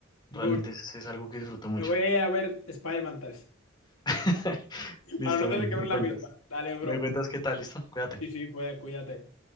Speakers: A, on the left (about 20°); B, on the left (about 80°).
A: Realmente
B: Bu-
A: es, es algo que disfruto mucho.
B: Me voy a ir a ver Spider-Man 3
A: <laughs> Listo,
B: para no
A: men,
B: tener que ver
A: me
B: la
A: cuentas.
B: misma. Dale, bro.
A: Me cuentas qué tal, listo. Cuídate.
B: Sí, sí, pues cuídate.